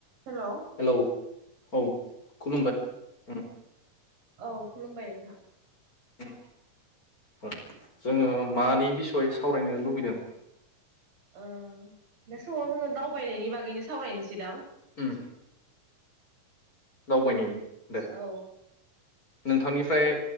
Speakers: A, on the right; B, on the left.
A: Hello
B: hello औ खुलुमबाय ओम।
A: औ खुलुमबाय नोंथां।
B: उम उम जोङो मानि बिसय सावरायनो लुबैदों।
A: ओ बे समाव जोङो दावबायनायनि बागैनो सावरायनोसै दां?
B: उम दावबायनायनि। दे
A: औ।
B: नोंथांनिफ्राय